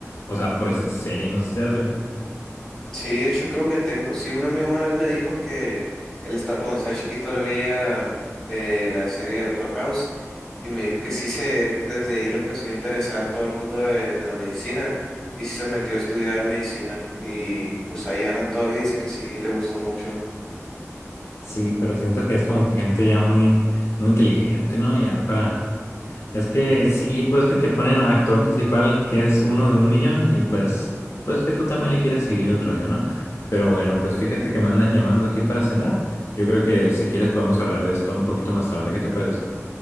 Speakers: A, on the left; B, in the centre.
A: o sea, por esa serie no se te hace.
B: Sí, de hecho creo que tengo, sí, un amigo una vez me dijo que él está, cuando estaba chiquito, él veía mm, eh, la serie de Doctor House y me dijo que sí se, que desde ahí le empezó a interesar todo el mundo de, de la medicina y sí se metió a estudiar medicina y pues ahí anda todavía, dice que sí le gustó mucho.
A: Sí, pero siento que es como que gente ya muy, muy inteligente, ¿no? Ya para. Es que sí, pues que te ponen al actor principal que es uno de un millón y pues, pues que tú también le quieres seguir el rollo, ¿no? Pero bueno, pues fíjate que me andan llamando aquí para cenar. Yo creo que si quieres podemos hablar de esto un poquito más tarde. ¿Qué te parece?